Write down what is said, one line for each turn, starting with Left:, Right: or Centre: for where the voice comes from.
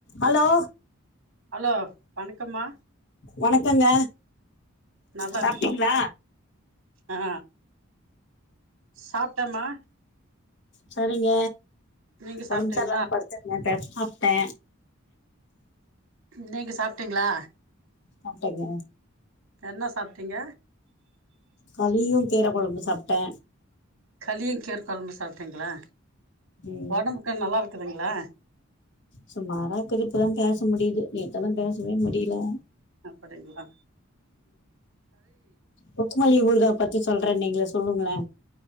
Left: Allow
Right: hello வணக்கம்மா
Left: வணக்கங்க
Right: நல்லா
Left: சாப்டீங்களா
Right: இருக்குதுங்களா ஆ சாப்ட்டமா
Left: சரிங்க
Right: நீங்க சாப்ட்டீங்களா
Left: ஒடம்புச் சல்லான் படு <unintelligible> சாப்ட்டே
Right: நீங்க சாப்டீங்களா
Left: சாப்டேங்க
Right: என்ன சாப்டீங்க
Left: களியு கீர கொழம்பு சாப்ட்டே
Right: களியு கீர குழம்பு சாப்ட்டீங்களா
Left: ம்
Right: ஒடம்புக்கு நல்லா இருக்குதுங்களா
Left: சும்மாரா திருப்பலலா பேச முடியுது நேத்தெல்லா பேசவே முடியல
Right: அப்டிங்களா
Left: கொத்தமல்லி ஊருகா பத்தி சொல்றேனீங்கள சொல்லுங்களே